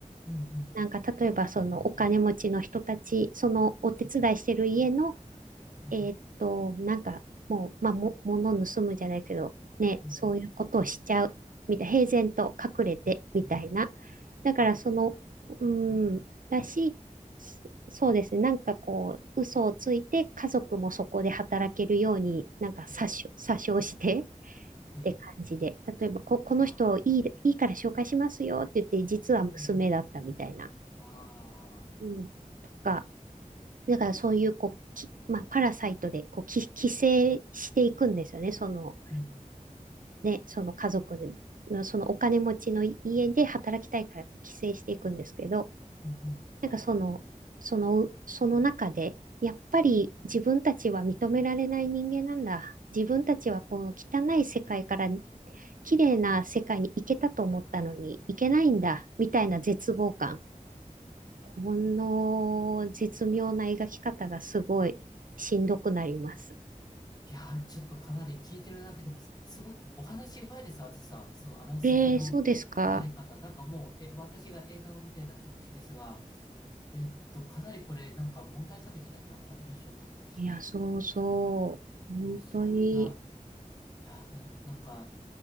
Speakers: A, on the left; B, on the right.
A: うん、うん、
B: なんか例えばそのお金持ちの人たち、そのお手伝いしてる家の、
A: うん、うん、
B: えーっと、なんかもう、まあ、も、物盗むじゃないけど、ね、
A: うん、
B: そういうことをしちゃう、みたいな、平然と隠れて、
A: うん、
B: みたいな。
A: うん、うん、
B: だからその、
A: うん、うん、
B: うーん、だし、そそうですね。なんかこう、嘘をついて家族もそこで働けるように、なんか詐称、
A: ええ、
B: 詐称して、
A: ええ、
B: って感じで、例えばこ、この人いい、
A: ああ、
B: いいから紹介しますよって言って、実は娘だったみたいな。
A: うんうん。あ
B: うん、とか、
A: あ、なるほどね。
B: だからそういうこう、きまあ、パラサイトでこうき寄生していくんですよね、その、
A: うんうん。
B: ね、その家族の、そのお金持ちの家で働きたいからこう寄生していくんですけど、
A: うんうんはい。
B: なんかその、その、その中で、やっぱり自分たちは認められない人間なんだ。自分たちはこの汚い世界から綺麗な世界に行けたと思ったのに行けないんだ、みたいな絶望感。この絶妙な描き方がすごいしんどくなります。
A: いやー、ちょっとかなり聞いてるだけでもす、すごくお話うまいです、あずさん。そのあらすじの語り方。
B: えー、そうですか。
A: なんかもう、え、私が映画を見たような気持ちですが、えっと、かなりこれ、なんか問題作じゃなくてアカデミー賞を取ったし、
B: いや、そうそう。本当に。
A: そうそう、いや、いや、な、なんか、